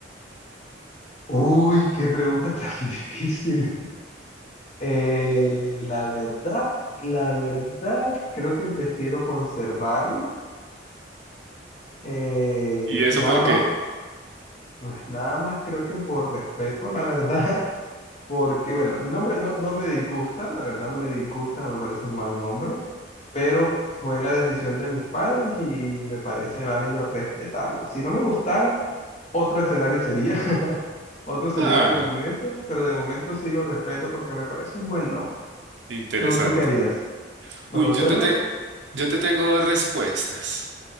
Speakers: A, on the left; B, on the right.
A: Uy, qué pregunta tan <laughs> difícil. Eh, la verdad, la verdad, creo que prefiero conservarlo. eh,
B: ¿Y eso
A: nada
B: por
A: más,
B: qué?
A: pues nada más creo que por respeto, la verdad. <laughs> Porque, bueno, mi nombre no, no me disgusta, la verdad no me disgusta, no me parece un mal nombre, pero fue la decisión de mis padres y me parece válido respetarlo. Si no me gustara, otro escenario sería, <laughs> otro sería
B: Ah,
A: el argumento, pero de momento sí lo respeto porque me parece un buen nombre.
B: interesante.
A: ¿Tú, tú qué harías? ¿Lo
B: Uy,
A: conservas?
B: yo te, te- yo te tengo respuestas.